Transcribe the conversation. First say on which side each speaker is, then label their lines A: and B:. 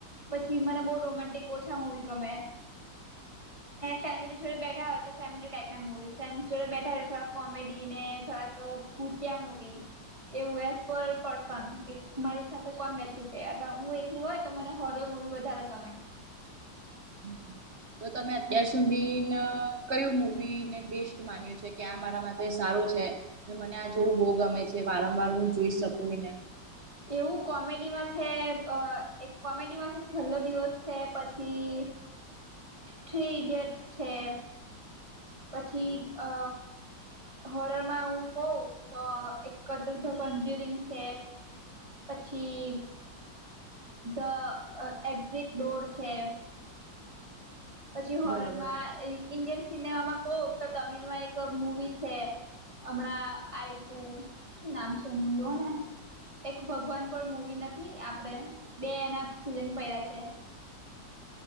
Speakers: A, on the right; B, on the right.
A: પછી મને બોવ રોમાન્ટિક ઓછા મુવી ગમે. ફેમિલી જોડે બેઠા હોય તો ફેમિલી ટાઈપ ના મુવી ફ્રેન્સ જોડે બેઠા હોય તો થોડાક કોમેડી ને થોડાક કુતિયા મવી, એ વસ પર મારી સાથે કોણ બેઠું છે હું એકલી હોય તો મને હોરર મુવી વધારે ગમે.
B: હમ હમ. તો તમે અત્યાર સુધી કયું મૂવી ને બેસ્ટ માન્યું છે કે આ મારા માટે સારું છે. ને મને આ જોવું બહુ ગમે છે વારંવાર હું જોઈ શકું ને.
A: એવું કોમેડીમાં છે એક કોમેડીમાં છે છેલ્લો દિવસ છે પછી. થ્રી ઇડિયટ્સ છે. પછી અ હરળમાં હું કઉ તો એક કુિંગ છે. પછી ધ એક્ઝિટ ડોર છે. પછી હોરર
B: બરાબર
A: માં ઇન્ડિયન સિનેમામાં કોો તો તમિલ માં એક મુવી છે. હમણાં આવ તું શ નામ છે એનું જોવ ને. એક ભગવાન પણ મુવી નથી આપડે બે એના સીઝન પ્યા છે.